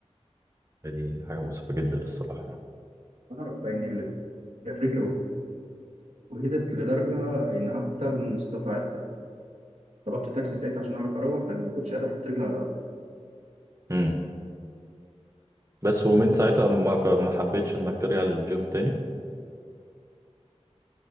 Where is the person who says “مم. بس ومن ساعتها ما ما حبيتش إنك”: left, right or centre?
Right